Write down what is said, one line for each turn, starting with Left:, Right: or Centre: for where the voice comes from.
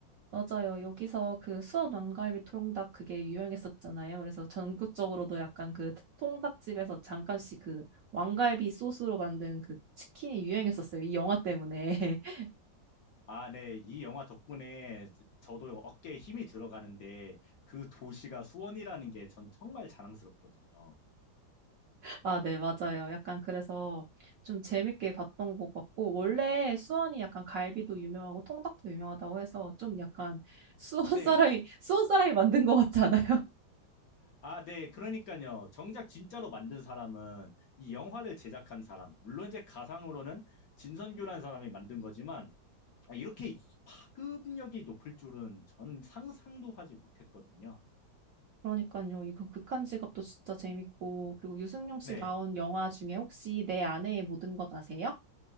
Right: 맞아요. 여기서 그 수원 왕갈비 통닭 그게 유행했었잖아요. 그래서 전국적으로도 약간 그 통닭집에서 잠깐씩 그 왕갈비 소스로 만든 그 치킨이 유행했었어요. 이 영화 때문에. <laughs>
Left: 아, 네. 이 영화 덕분에 저도 어깨에 힘이 들어가는데 그 도시가 수원이라는 게 전 정말 자랑스럽거든요.
Right: 아, 네, 맞아요. 약간 그래서 좀 재밌게 봤던 것 같고, 원래 수원이 약간 갈비도 유명하고 통닭도 유명하다고 해서 좀 약간 수원
Left: 네.
Right: 사람이, 수원 사람이 만든 것 같지 않아요?
Left: 아, 네. 그러니까요. 정작 진짜로 만든 사람은 이 영화를 제작한 사람, 물론 이제 가상으로는 진선규라는 사람이 만든 거지만 아, 이렇게 파급력이 높을 줄은 전 상상도 하지 못했거든요.
Right: 그러니까요. 이거 극한 직업도 진짜 재밌고 그리고 유승용 씨
Left: 네.
Right: 나온 영화 중에 혹시 내 아내의 모든 것 아세요?